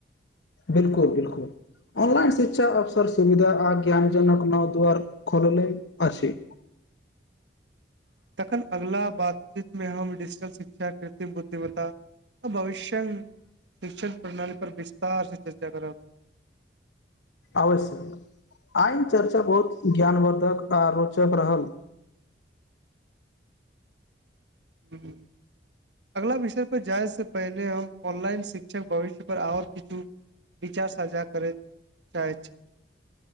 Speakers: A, on the left; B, on the right.
A: बिल्कुल बिल्कुल ऑनलाइन शिक्षा अवसर सुविधा आ ज्ञान जनक नव द्वार खोलले अछि
B: तखन अगला बातचीत में हम डिजिटल शिक्षा कृत्रिम बुद्धिमता भविष्यण शिक्षण प्रणाली पर विस्तार से चर्चा करब
A: आवश्यक आइन चर्चा बहुत ज्ञानवर्द्धक आ रोचक रहल
B: हूँ अगला विषय पर जाय से पहिने हम ऑनलाइन शिक्षक भविष्य पर ओर किछु विचार साझा करैत चाहै छी